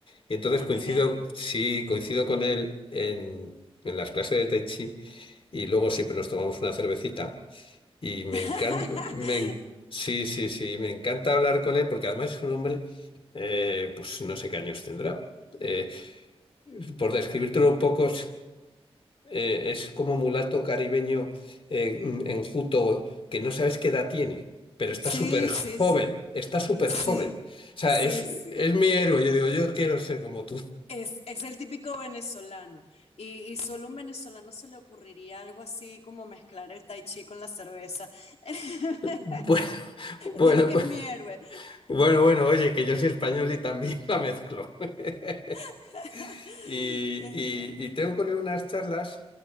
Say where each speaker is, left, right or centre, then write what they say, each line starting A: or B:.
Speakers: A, on the left; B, on the left.
A: Y entonces
B: Ay,
A: coincido,
B: qué bien.
A: sí, coincido con él en, en las clases de Tai Chi y luego siempre nos tomamos una cervecita. Y me
B: <laughs>
A: encanta, me, en- sí, sí, sí, me encanta hablar con él porque además es un hombre, eh, pues no sé qué años tendrá. Eh, por describírtelo un poco, es eh, es como mulato caribeño eh, en- enjuto que no sabes qué edad tiene, pero está
B: Sí,
A: súper joven,
B: sí, sí.
A: está súper
B: Sí,
A: joven. O sea,
B: sí,
A: es,
B: sí.
A: es mi héroe, yo digo, yo quiero ser como tú.
B: Es, es el típico venezolano. Y, y solo a un venezolano se le ocurriría algo así como mezclar el tai chi con la cerveza. <laughs>
A: Bueno, <laughs>
B: Dile que
A: bueno,
B: es mi héroe.
A: bueno, bueno, oye, que yo soy español y también la mezclo. <laughs>
B: <laughs>
A: Y,
B: Qué genial.
A: y- y tengo con él unas charlas.